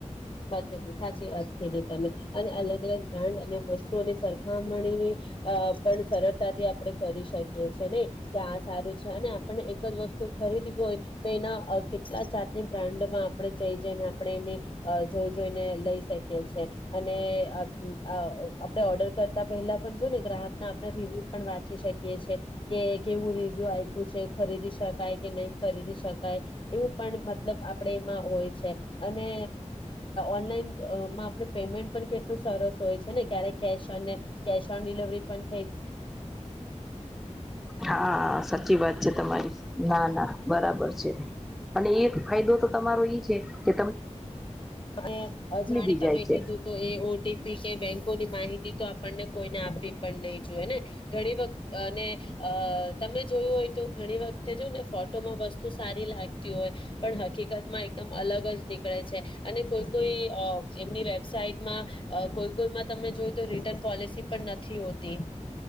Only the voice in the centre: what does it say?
હા સાચી વાત છે, તમારી ના ના બરાબર છે, અને એક ફાયદો તો તમારો એ છેકે
બી
જાય છે.